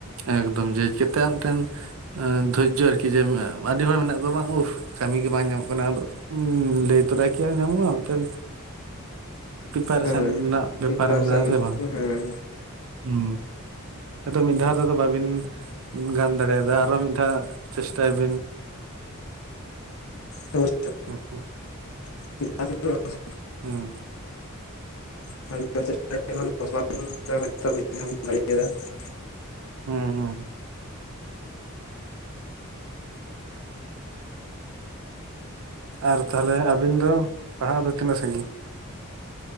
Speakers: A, on the right; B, on the left.
A: ᱮᱠᱫᱚᱢ ᱡᱮ ᱪᱮᱛᱟ ᱢᱤᱫᱴᱮᱱ ᱫᱷᱳᱨᱡᱚ ᱟᱨᱠᱤ ᱡᱮ ᱟᱹᱰᱤ ᱦᱚᱲ ᱢᱮᱱᱟᱜ ᱠᱚᱣᱟ ᱵᱟᱝ ᱩᱸᱦ ᱠᱟᱹᱢᱤ ᱜᱮ ᱵᱟᱝ ᱧᱟᱢᱚᱜ ᱠᱟᱱᱟ ᱟᱫᱚ ᱞᱟᱹᱭ ᱛᱚᱨᱟ ᱠᱤ ᱟᱨ ᱧᱟᱢᱚᱜᱼᱟ ᱢᱤᱫᱴᱮᱱ ᱯᱨᱤᱯᱟᱨᱮᱥᱮᱱ
B: ᱦᱮᱸ
A: ᱨᱮᱱᱟᱜ ᱵᱮᱯᱟᱨ
B: ᱯᱨᱤᱯᱟᱨᱮᱥᱚᱱ
A: ᱢᱮᱱᱟᱜ-ᱟ ᱥᱮ ᱵᱟᱝ?
B: ᱦᱮᱸ
A: ᱦᱮᱸ᱾ ᱟᱫᱚ ᱢᱤᱫ ᱫᱷᱟᱣ ᱨᱮᱫᱚ ᱵᱟᱹᱵᱤᱱ ᱜᱟᱱ ᱫᱟᱲᱮᱭᱟᱫᱟ ᱟᱨᱚ ᱢᱤᱫ ᱫᱷᱟᱣ ᱪᱮᱥᱴᱟᱭ ᱵᱤᱱ᱾
B: ᱦᱚᱭ ᱛᱚ᱾
A: ᱚ ᱦᱚᱸ
B: <unintelligible>
A: ᱦᱮᱸ
B: <unintelligible>
A: ᱦᱮᱸ ᱦᱮᱸ ᱟᱨ ᱛᱟᱦᱚᱞᱮ ᱟᱹᱵᱤᱱ ᱫᱚ ᱯᱟᱲᱦᱟᱣ ᱫᱚ ᱛᱤᱱᱟᱹᱜ ᱥᱟᱺᱜᱤᱧ?